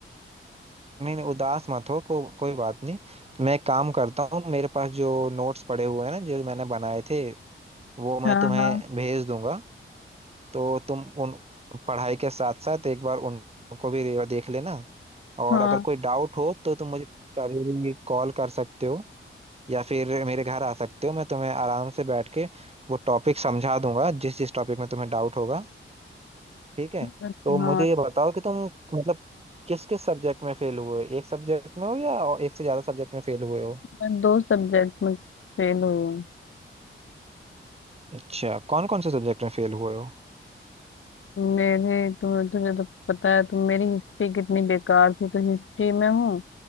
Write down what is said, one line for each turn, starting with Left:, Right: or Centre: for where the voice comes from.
Right: नहीं नहीं उदास मत हो को, कोई बात नहीं मैं एक काम करता हूँ मेरे पास जो नोट्स पड़े हुए हैं ना जो मैंने बनाए थे वो मैं
Left: हाँ
Right: तुम्हें
Left: हाँ
Right: भेज दूंगा तो तुम उन पढ़ाई के साथ साथ एक बार उन- उनको भी रे- देख लेना और
Left: हाँ
Right: अगर कोई डाउट हो तो तुम मुझे कभी भी कॉल कर सकते हो या फिर मेरे घर आ सकते हो मैं तुम्हें आराम से बैठ के वो टॉपिक समझा दूंगा जिस जिस टॉपिक में तुम्हें डाउट होगा ठीक है
Left: हाँ
Right: तो मुझे ये बताओ कि तुम मतलब किस किस सब्जेक्ट में फेल हुए एक सब्जेक्ट में हो या और एक से ज्यादा सब्जेक्ट में फेल हुए हो
Left: मैं दो सब्जेक्ट में फेल हुई हूँ
Right: अच्छा कौन कौन से सब्जेक्ट में फेल हुए हो
Left: मेरी तुम्हें तुझे तो पता है तुम मेरी हिस्ट्री कितनी बेकार थी तो हिस्ट्री में हूँ